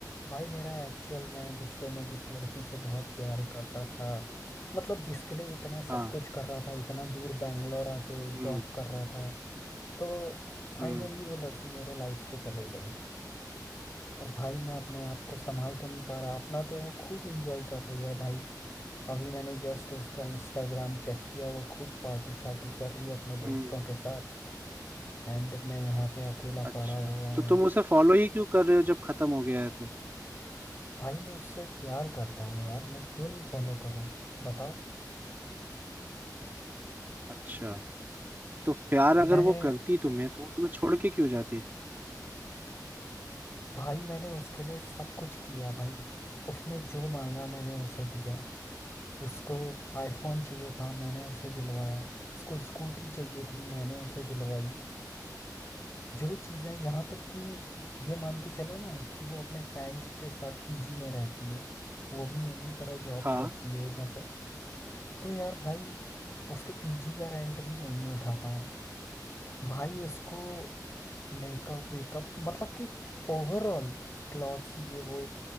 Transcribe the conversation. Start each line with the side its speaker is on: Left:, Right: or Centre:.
Left: भाई मेरा एक्चुअल में जिससे मैं जिस लड़की से बहुत प्यार करता था मतलब जिसके लिए इतना
Right: हाँ
Left: सब कुछ कर रहा था इतना दूर बैंगलोर आके
Right: हम्म
Left: जॉब कर रहा था तो फाइनली
Right: हम्म
Left: वो लड़की मेरे लाइफ से चले गई और भाई मैं अपने आप को संभाल तो नहीं पा रहा अपना तो वो खूब इंजॉय कर रही है भाई अभी मैंने जस्ट उसका इंस्टाग्राम चेक किया वो खूब पार्टी शार्टी कर रही है अपने
Right: हम्म
Left: दोस्तों के साथ एंड मैं यहाँ पे अकेला
Right: अच्छा
Left: पड़ा हुआ हूँ
Right: तो तुम उसे फॉलो ही क्यों कर रहे हो जब खत्म हो गया है तो
Left: भाई मैं उससे प्यार करता हूँ यार मैं क्यों नहीं फॉलो करूँ बताओ
Right: अच्छा तो प्यार अगर
Left: मैंने
Right: वो करती तुम्हें तो वो तुम्हें छोड़ के क्यों जाती
Left: भाई मैंने उसके लिए सब कुछ किया भाई उसने जो मांगा मैंने उसे दिया उसको आईफोन चाहिए था मैंने उसे दिलवाया उसको स्कूटी चाहिए थी मैंने उसे दिलवाई जो चीज़ें यहाँ तक कि ये मान के चलो ना कि वो अपने फ्रेंड्स के साथ पीजी में रहती है वो भी मेरी ही तरह जॉब
Right: हाँ
Left: करती है इधर पे तो यार भाई उसके पीजी का रेंट भी मैं ही उठाता हूँ भाई उसको मेकअप वेकअप मतलब कि ओवरऑल क्लॉथ्स ये वो